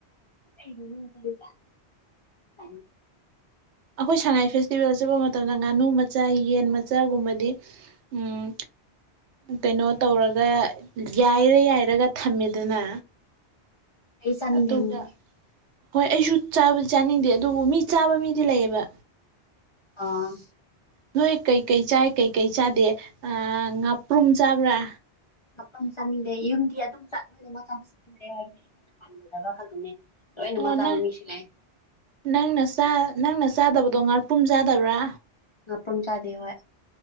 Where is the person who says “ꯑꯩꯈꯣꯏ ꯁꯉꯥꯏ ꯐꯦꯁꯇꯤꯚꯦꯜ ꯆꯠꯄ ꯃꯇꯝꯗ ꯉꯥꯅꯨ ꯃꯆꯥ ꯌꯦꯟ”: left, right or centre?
Right